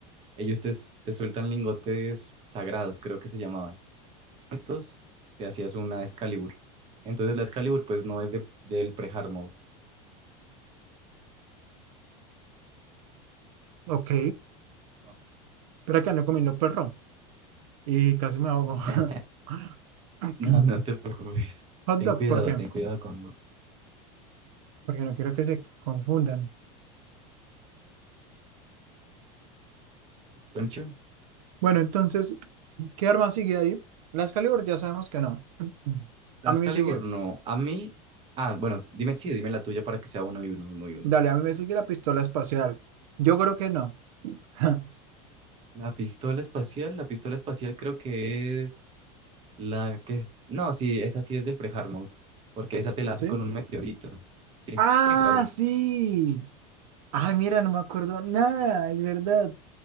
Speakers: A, on the right; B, on the right.
A: ellos te, te sueltan lingotes sagrados, creo que se llamaban. Estos te hacías una Excalibur. Entonces la Excalibur pues no es de, del pre-hard mode.
B: ok,
A: Ok.
B: espera que ando comiendo perro y casi me ahogo.
A: <laughs>
B: <coughs> <laughs>
A: No, no te preocupes.
B: Hot
A: Ten
B: dog,
A: cuidado,
B: ¿por qué?
A: ten cuidado con
B: Porque no quiero que se confundan.
A: Poncho.
B: Bueno, entonces ¿Qué arma sigue ahí? La Excalibur ya sabemos que no.
A: Las
B: A mí me
A: Calibur
B: sigue,
A: no. A mí. Ah, bueno, dime, sí, dime la tuya para que sea uno y uno, uno y uno.
B: dale, a mí me sigue la pistola espacial. Yo creo que no. <laughs>
A: La pistola espacial, la pistola espacial creo que es la que. No, sí, esa sí es del pre porque esa te la haces
B: ¿Sí?
A: con un meteorito. Sí,
B: Ah,
A: sí, claro.
B: sí. Ay, mira, no me acuerdo nada, es verdad.